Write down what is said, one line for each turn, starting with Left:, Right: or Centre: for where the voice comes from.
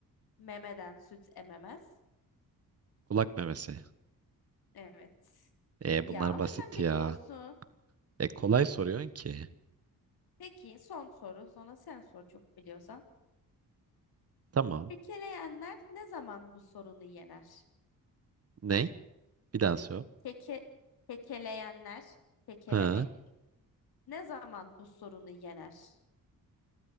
Left: memeden süt ememez?
Right: Kulak memesi.
Left: Evet.
Right: Ee,
Left: Ya
Right: bunlar
Left: ama
Right: basit
Left: sen biliyorsun.
Right: ya. E, kolay soruyorsun ki.
Left: Peki son soru. Sonra sen sor çok biliyorsan.
Right: Tamam.
Left: Kekeleyenler ne zaman bu sorunu yener?
Right: Ney? Bir daha sor.
Left: Keke, kekeleyenler, kekelemek
Right: Ha,
Left: ne zaman bu sorunu yener?